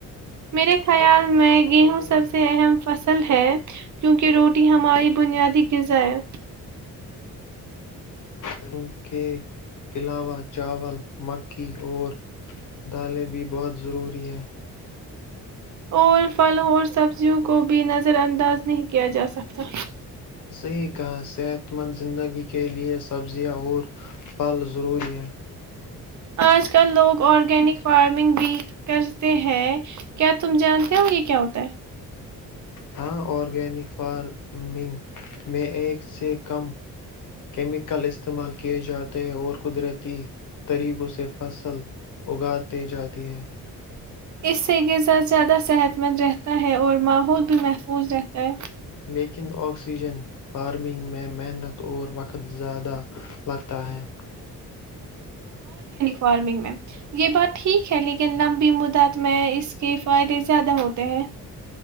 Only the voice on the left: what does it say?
فصل فصل
کون
سا ہے
ان کے علاوہ چاول مکھی اور دالیں بھی بہت ضروری ہیں
صحیح کہاس صحت مند زندگی کے لئے سبزیاں اور پھل ضروری ہیں
ہاں آرگینک فارمنگ میں ایک سے کم کیمیکل استعمال کیے جاتے ہیں اور قدرتی طریقوں سے فصل اگاتے جاتی ہے
لیکن آکسیجن فارمنگ میں محنت اور وقت زیادہ لگتا ہے